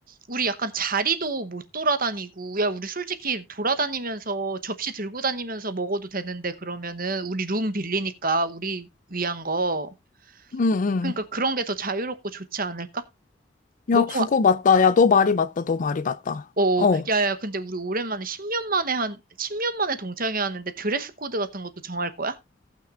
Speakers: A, on the right; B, on the left.
A: 우리 약간 자리도 못 돌아다니고, 야, 우리 솔직히 돌아다니면서 접시 들고 다니면서 먹어도 되는데 그러면은 우리 룸 빌리니까 우리 위한 거.
B: 응, 응.
A: 그러니까 그런 게 더 자유롭고 좋지 않을까?
B: 야,
A: 너무
B: 그거 맞다. 야, 너 말이 맞다. 너 말이 맞다.
A: 어,
B: 어.
A: 야, 야, 근데 우리 오랜만에 10년 만에 한, 십년 만에 동창회 하는데 드레스 코드 같은 것도 정할 거야?